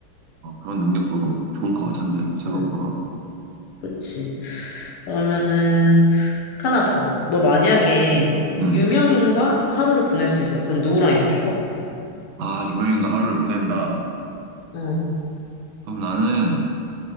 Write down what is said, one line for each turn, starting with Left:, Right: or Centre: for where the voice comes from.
Right: 어, 그런 능력도 좋을 것 같은데 생각보다.
Left: 응, 그치. 그러면은 하나 더. 너 만약에
Right: 음.
Left: 유명인과 하루를 보낼 수 있어. 그럼 누구랑 있고 싶어?
Right: 아, 유명인과 하루를 보낸다.
Left: 응,
Right: 그럼 나는